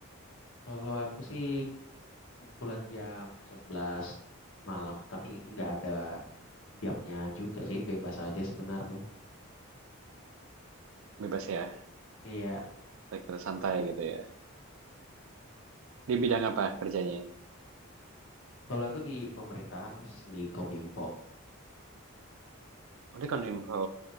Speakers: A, on the left; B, on the right.
A: kalau aku sih Pulang jam 11 malam, tapi nggak ada jamnya juga sih, bebas aja sebenarnya.
B: Bebas ya,
A: Iya,
B: sektor santai gitu ya. Di bidang apa kerjanya?
A: kalau aku di pemerintahan mas di Kominfo.
B: Oh, Ini kan info